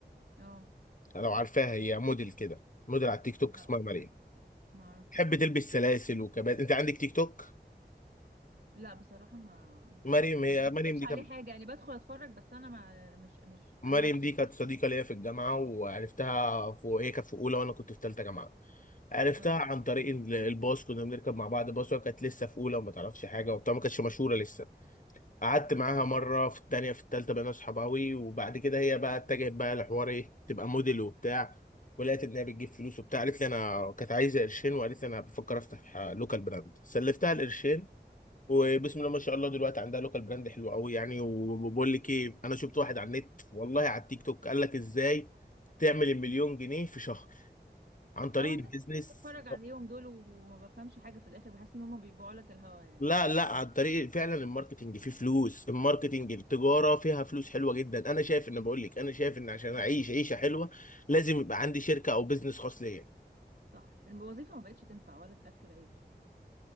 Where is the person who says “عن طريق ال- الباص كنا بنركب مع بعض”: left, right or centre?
Left